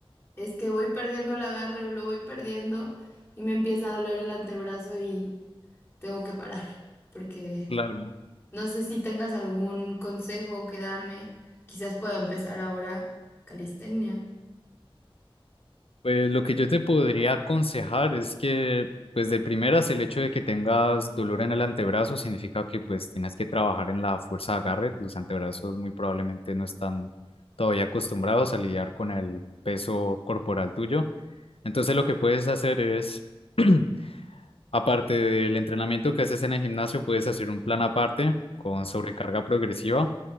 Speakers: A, on the left (about 25°); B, on the left (about 75°).
A: Es que voy perdiendo el agarre, lo voy perdiendo y me empieza a doler el antebrazo y tengo que parar, porque
B: Claro.
A: no sé si tengas algún consejo que darme. Quizás pueda empezar ahora calistenia.
B: Pues lo que yo te podría aconsejar es que, pues de primeras, el hecho de que tengas dolor en el antebrazo significa que pues tienes que trabajar en la fuerza de agarre. Tus antebrazos muy probablemente no están todavía acostumbrados a lidiar con el peso corporal tuyo. Entonces lo que puedes hacer es, <clears throat> aparte del entrenamiento que haces en el gimnasio, puedes hacer un plan aparte con sobrecarga progresiva